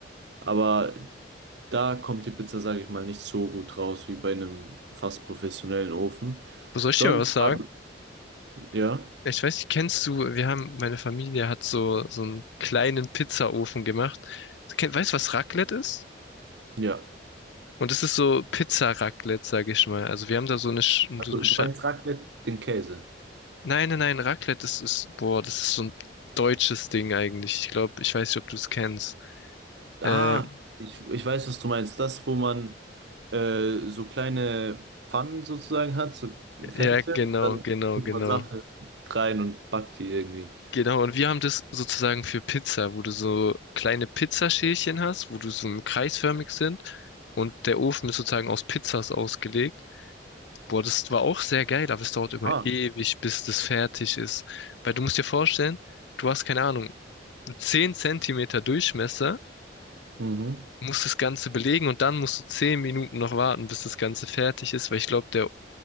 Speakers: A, on the right; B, on the left.
A: Aber da kommt die Pizza, sage ich mal, nicht so gut raus wie bei einem fast professionellen Ofen.
B: Aber Soll
A: Sonst,
B: ich dir mal was sagen?
A: hab- ja,
B: Ich weiß nicht, kennst du, wir haben, meine Familie hat so, so einen kleinen Pizzaofen gemacht. Kenn- Weißt du, was Raclette ist?
A: ja.
B: Und es ist so Pizza-Raclette, sag ich mal. Also wir haben da so eine, Sch-
A: Also,
B: so eine Sche
A: du meinst Raclette, den Käse.
B: Nein, nein, nein, Raclette, das ist, boah, das ist so ein deutsches Ding eigentlich. Ich glaube, ich weiß nicht, ob du es kennst.
A: Ah,
B: Äh,
A: ich, ich weiß, was du meinst. Das, wo man äh, so kleine Pfannen sozusagen hat, so Fässchen,
B: ja, genau,
A: dann
B: genau,
A: tut
B: genau.
A: man Sachen rein und backt die irgendwie.
B: Genau, und wir haben das sozusagen für Pizza, wo du so kleine Pizzaschälchen hast, wo du so kreisförmig sind und der Ofen ist sozusagen aus Pizzas ausgelegt. Boah, das war auch sehr geil, aber es dauert immer
A: Ah.
B: ewig, bis das fertig ist. Weil du musst dir vorstellen, du hast keine Ahnung, 10 Zentimeter Durchmesser,
A: Mhm.
B: musst das Ganze belegen und dann musst du 10 Minuten noch warten, bis das Ganze fertig ist, weil ich glaube, der,